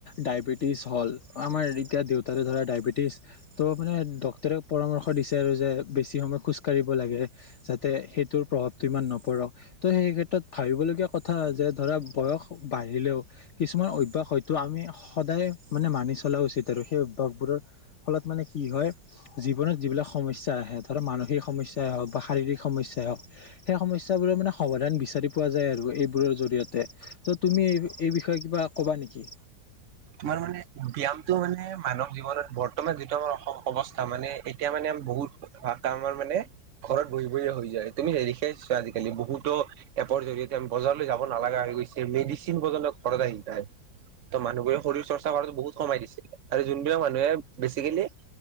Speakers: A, on the left; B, on the right.
A: ডায়েবেটিছ হ'ল, আমাৰ এতিয়া দেউতাৰে ধৰা ডায়বেটিছ ত' মানে ডক্টৰে পৰামৰ্শ দিছে আৰু যে বেছি সময় খোজকাাঢ়িব লাগে, যাতে সেইটোৰ প্ৰভাৱটো ইমান নপৰক। ত' সেই ক্ষেত্ৰত ভাবিবলগীয়া কথা যে ধৰা, বয়স বাঢ়িলেও কিছুমান অভ্যাস হয়তো আমি সদায় মানে মানি চলা উচিত আৰু সেই স বোৰৰ ফলত মানে কি হয় জীৱনত যিবিলাক সমস্যা আহে, ধৰা মানসিক সমস্যাই হওঁক বা শাৰীৰিক সমস্যাই হওঁক সেই সমস্যাবোৰৰ মানে সমাধান বিচাৰি পোৱা যায় আৰু এইবোৰৰ জৰিয়তে ত' তুমি এই বিষয়ে কিবা ক'বা নেকি
B: তমাৰ মানে ব্যায়ামটো মানে মানৱ জীৱনত বৰ্তমান যিটো আমাৰ অৱছথা, মানে এতিয়া মানে বহুত ভ আমাৰ মানে, ঘৰত বহি বহিয়ে হৈ যায়। তুমি হেখাইছ আজিকালি, বহুতো এপৰ জৰিয়তে আমি বজাৰলৈ যাব নালগা হৈ গৈছে, মেডিচিন পৰ্যন্ত ঘৰত আহি যায়, ত মানুহবোৰে শৰীৰ চৰ্চা কৰাতো বহুত কমাই দিছে। আৰু যোনবিলাক মানুহে বেচিকেলি,